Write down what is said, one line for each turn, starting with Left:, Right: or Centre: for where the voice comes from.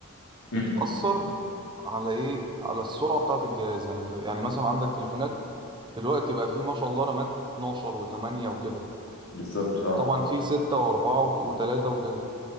Left: امم
Right: بتأثر على ايه على السرعة بتاعة الجهاز يعني بت... يعني مثلا عندك تليفونات دلوقتي بقى فيه ما شاء الله رامات 12 و8 وكده
Left: بالظبط اه
Right: وطبعا فيه 6 و4 و3 وكده